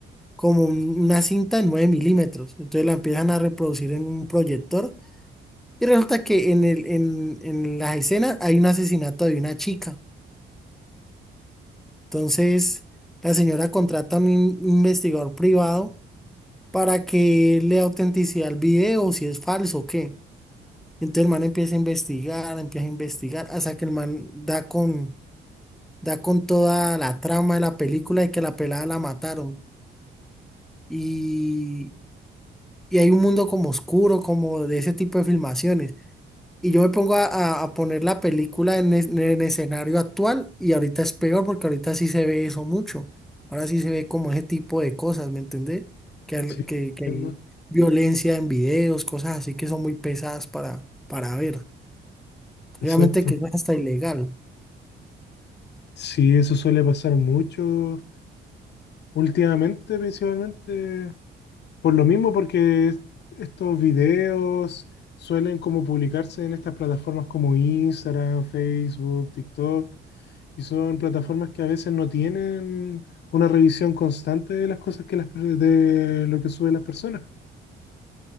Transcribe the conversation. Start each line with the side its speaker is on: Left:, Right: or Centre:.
Centre: como un- una cinta de nueve milímetros. Entonces la empiezan a reproducir en un proyector y resulta que en el, en, en las escenas hay un asesinato de una chica. Entonces la señora contrata a un in- investigador privado para que le dé autenticidad al video, si es falso o qué. Entonces el man empieza a investigar, empieza a investigar, hasta que el man da con, da con toda la trama de la película y que la pelada la mataron. y y hay un mundo como oscuro, como de ese tipo de filmaciones. Y yo me pongo a, a- a poner la película en, es- en el escenario actual y ahorita es peor porque ahorita sí se ve eso mucho. Ahora sí se ve como ese tipo de cosas, ¿me entendés? Que, al-
Left: Sí,
Centre: que,
Left: entiendo.
Centre: que hay violencia en videos, cosas así que son muy pesadas para, para ver.
Left: Exacto.
Centre: Obviamente que es hasta ilegal.
Left: Sí, eso suele pasar mucho últimamente, principalmente. Por lo mismo, porque es- estos videos suelen como publicarse en estas plataformas como Instagram, Facebook, TikTok, y son plataformas que a veces no tienen una revisión constante de las cosas que las, per- de lo que suben las personas.